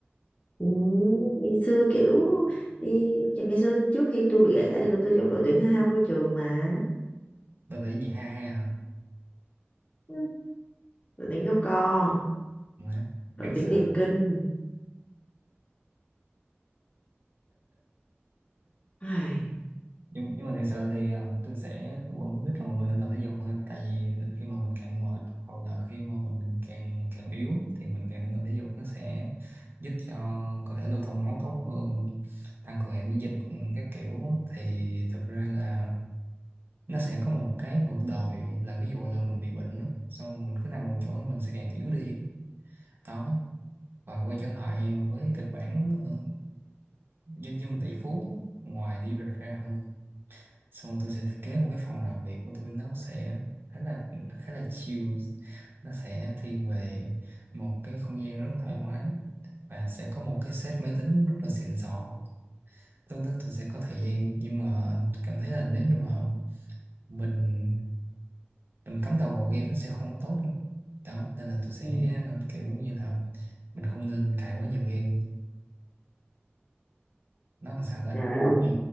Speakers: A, on the left; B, on the right.
A: Ừ, ngày xưa kiểu đi ngày xưa trước khi tôi bị gãy tay là tôi trong đội tuyển thể thao của trường mà
B: tập thể gì ha ha hả
A: Ừ, đội tuyển kéo co
B: Má,
A: đội
B: đáng
A: tuyển
B: sợ
A: điền kinh Ai,
B: nhưng nhưng mà thực sự thì um, tôi sẽ vẫn khuyến khích là mọi người nên tập thể dục ha tại vì khi mà mình càng mệt hoặc là khi mà mình càng càng yếu thì mình càng nên tập thể dục nó sẽ giúp cho cơ thể lưu thông máu tốt hơn tăng cường hệ miễn dịch ừ, các kiểu thì thực ra là nó sẽ có một cái ngược đòi là ví dụ là mình bị bệnh đó, xong rồi mình cứ nằm một chỗ mình sẽ càng yếu đi đó và quay trở lại với kịch bản ờ, doanh nhân tỷ phú ngoài đi du lịch ra Ừ. xong tôi sẽ thiết kế một cái phòng làm việc của tôi nó sẽ khá là khá là chill nó sẽ thiên về một cái không gian rất là thoải mái và sẽ có một cái set máy tính rất là xịn sò lúc đó tôi sẽ có thời gian nhưng mà tôi cảm thấy là nếu như mà mình mình cắm đầu vào game nó sẽ không có tốt đâu đó nên là tôi sẽ
A: ừ.
B: kiểu như là mình không nên cài quá nhiều game nó làm sao ta
A: Trời ơi, ông
B: ừ